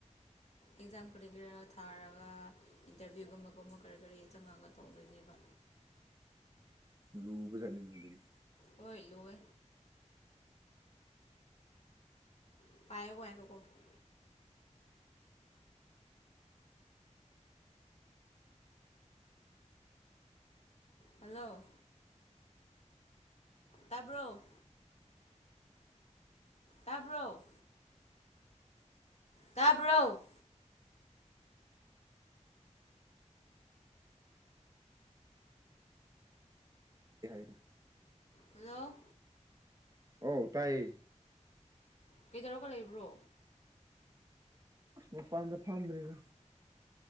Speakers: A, on the left; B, on the right.
A: ꯑꯦꯛꯖꯥꯝ ꯀꯔꯤ ꯀꯔ ꯊꯥꯔꯒ ꯏꯟꯇꯔꯚꯤꯌꯨ ꯒꯨꯝꯕ ꯀꯨꯝꯕ ꯀꯔꯤ ꯀꯔꯤ ꯆꯪꯉꯒ ꯇꯧꯗꯣꯏꯅꯦꯕ
B: ꯂꯨꯕꯖꯥꯠꯅꯤ ꯑꯗꯨꯗꯤ
A: ꯍꯣꯏ ꯂꯨꯋꯦ <inaudible> ꯍꯜꯂꯣ ꯇꯥꯕ꯭ꯔꯣ ꯇꯥꯕ꯭ꯔꯣ ꯇꯥꯕ꯭ꯔꯣ
B: ꯀꯩ ꯍꯥꯏ
A: ꯍꯜꯂꯣ
B: ꯑꯧ ꯇꯥꯌꯦ
A: ꯀꯩꯗꯧꯔꯒ ꯂꯩꯕ꯭ꯔꯣ
B: ꯑꯁ ꯃꯄꯥꯟꯗ ꯐꯝꯕ꯭ꯔꯤꯗ